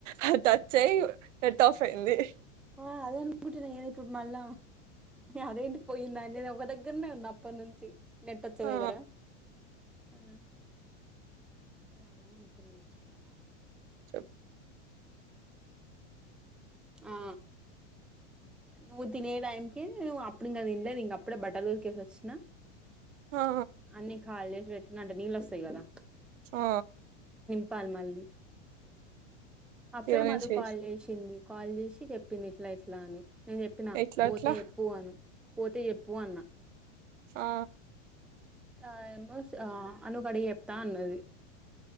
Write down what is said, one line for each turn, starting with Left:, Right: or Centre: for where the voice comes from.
Right: హీ చేయు, నెట్ ఆఫ్ అయింది.
Centre: ఆ అదే అనుకుంటున్నా, ఏది ఇప్పుడు మళ్ల అదేంటి పోయింద అంటే ఒక దగ్గర. దగ్గరనే ఉన్న అప్పటి నుంచి నెట్ వచ్చా?
Right: ఆ
Centre: దగ్గర. ఆహా! ఏదో అందాం అనుకున్న మర్చిపోవున.
Right: చెప్?
Centre: ఆ. నువ్వు తినే టైంకి నువ్ అప్పుడు ఇగా తినలేదు, ఇగ అప్పుడే బట్టలు ఉతికేసి వచ్చిన.
Right: ఆ
Centre: అన్నీ ఖాళీ జేసి వేట్టిన అంటే, నీళ్లు వస్తాయి కదా?
Right: ఆ.
Centre: చెప్పాలి? మళ్లీ అప్పుడే
Right: ఇరవై
Centre: మధు
Right: నిమిషాలు
Centre: కాల్ జేసింది. కాల్ జేసి జేప్పింది. ఇట్లా ఇట్లా అని నేను చెప్పిన
Right: ఎట్లా
Centre: పోతే
Right: అట్లా
Centre: ఎప్పు అను. పోతే జేప్పు అన్న.
Right: ఆ.
Centre: ఆ ఏమో, అనుకాడిగి జేప్తా అన్నది